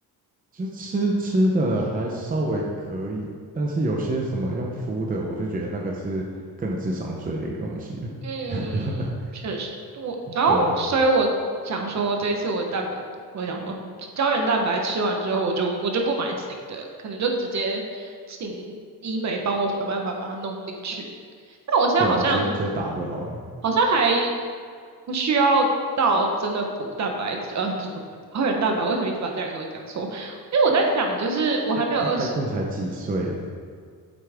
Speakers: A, on the right; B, on the right.
A: 就吃吃的还稍微可以，但是有些什么用敷的，我就觉得那个是更智商税的一个东西了。
B: 嗯，
A: <laughs>
B: 确实，我然后所以我想说，
A: 对啊，
B: 这一次我的蛋白，我想说胶原蛋白吃完之后，我就我就不买新的，可能就直接请医美帮我想办法把它弄进去。但我现在好像
A: 对啊，直接直接打就好了。
B: 好像还不需要到真的补蛋白质，呃，不是胶原蛋白，为什么一直把这两个东西讲错？因为我在想，就是我还没有二十，
A: 但拜托你才几岁，